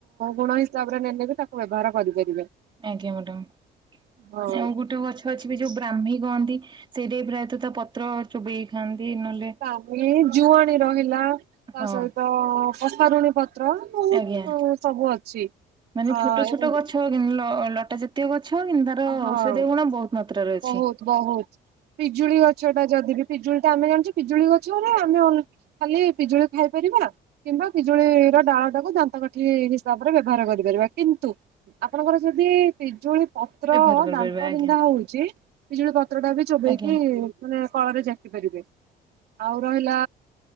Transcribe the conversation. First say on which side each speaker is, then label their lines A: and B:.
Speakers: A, on the right (about 70°); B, on the right (about 30°).
A: ଗୁଣ ହିସାବରେ ନେଲେ ବି ତାକୁ ବ୍ୟବହାର କରିପାରିବେ।
B: ଆଜ୍ଞା ମ୍ୟାଡାମ
A: ହଁ।
B: ଆଉ ଗୋଟେ ଗଛ ଅଛି ବି ଯୋଉ ବ୍ରାହ୍ମୀ କହନ୍ତି ସେଇଟା ବି ପ୍ରାୟ ତା ପତ୍ର ଚୋବେଇ ଖାଆନ୍ତି ନହେଲେ
A: ତାପରେ ଜୁଆଣ ରହିଲା। ତା
B: ହଁ
A: ସହିତ କଷାରୁଣୀ ପତ୍ର ବହୁତ
B: ଆଜ୍ଞା।
A: ସବୁ ଅଛି।
B: ମାନେ
A: ଅ
B: ଛୋଟ ଛୋଟ ଗଛ କି ଲଟା ଜାତୀୟ ଗଛ କିନ୍ତୁ ତାର
A: ହଁ।
B: ଔଷଧୀୟ ଗୁଣ ବହୁତ। ମାତ୍ରାରେ
A: ବହୁତ
B: ଅଛି।
A: ବହୁତ ପିଜୁଳି ଗଛ ଟା ଯଦି ବି ପିଜୁଳି ଟା ଆମେ ଜାଣିଛୁ ପିଜୁଳି ଗଛ ଆମେ ଖାଲି ପିଜୁଳି ଖାଇପାରିବା। କିମ୍ବା ପିଜୁଳିର ଡାଳ ଟାକୁ ଦାନ୍ତ କଠି ହିସାବରେ ବ୍ୟବହାର କରିପାରିବା କିନ୍ତୁ ଆପଣଙ୍କର ଯଦି ପିଜୁଳି ପତ୍ର
B: ବ୍ୟବହାର କରିପାରିବା
A: ଦାନ୍ତ
B: ଆଜ୍ଞା
A: ବିନ୍ଧା ହଉ ବିିଜୁଳି ପତ୍ର ଟା ବି ଚୋବେଇକି
B: ଆଜ୍ଞା
A: ମାନେ କଳରେ ଜାକି ପାରିବେ। ଆଉ ରହିଲା